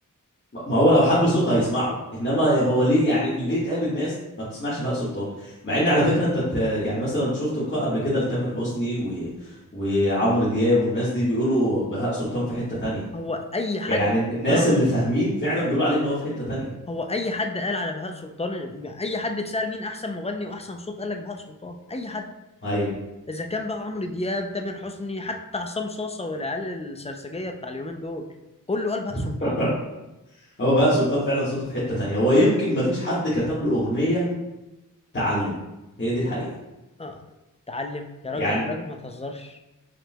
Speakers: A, on the left; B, on the left.
A: ما هو لو حب صوتها هيسمعه انما هو ليه يعني ليه تقابل ناس ما بتسمعش بهاء سلطان مع ان على فكرة انت ت- يعني مثلا شفت لقاء قبل كده لتامر حسني و... وعمرو دياب والناس دي بيقولوا بهاء سلطان في حتة تانية
B: هو اي حد
A: يعني الناس
B: اه
A: اللي فاهمين فعلا بيقولوا عليه ان هو في حتة تانية
B: هو اي حد قال على بهاء سلطان اي حد اتسأل مين احسن مغني واحسن صوت قال لك بهاء سلطان اي حد
A: ايوه
B: اذا كان بقى عمرو دياب تامر حسني حتى عصام صاصة والعيال السرسجية بتاع اليومين دول كله قال بهاء سلطان
A: <laughs> هو بهاء سلطان فعلا صوته في حتة تانية هو يمكن ما فيش حد كتب له أغنية تعلم هي دي الحقيقة
B: اه اتعلم يا راجل
A: يعني
B: يا راجل ما تهزرش